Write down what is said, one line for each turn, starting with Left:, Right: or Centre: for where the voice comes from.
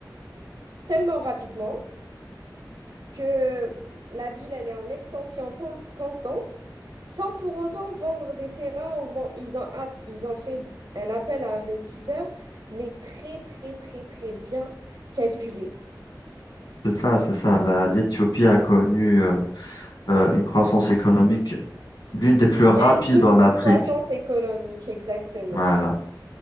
Right: tellement rapidement que la ville elle est en extension con- constante sans pour autant vendre des terrains ou vend- ils ont app- ils ont fait un appel à investisseurs mais très très très très bien calculé.
Left: c'est ça, c'est ça. La- L'Éthiopie a connu euh, euh, une croissance économique l'une des plus rapides
Right: L'indice
Left: en Afrique.
Right: de croissance économique, exactement.
Left: Voilà.